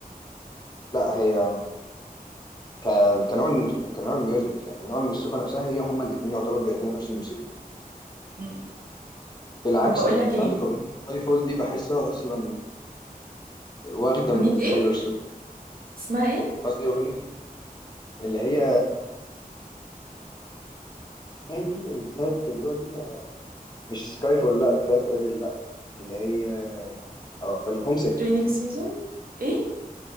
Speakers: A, on the left (about 25°); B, on the right (about 70°).
A: لا هي كان كنوع الموسيقى كنوع الميوزك يعني نوع الموسيقى نفسها هي هما الاثنين يعتبر بيقدموا نفس الموسيقى
B: مم.
A: بالعكس
B: طب بقول
A: ده انت
B: لك ايه
A: عندك اغنيه سكاي فول دي بحسها اصلا واخده
B: اغنية
A: من
B: ايه
A: تايلور سويفت
B: اسمها ايه
A: قصدي اغنيه اللي هي اسمها ايه دي بتاعت دوا ليبا مش سكاي فول لا بتاعت ادل لا اللي هي اقول لك هومسك
B: Training season ايه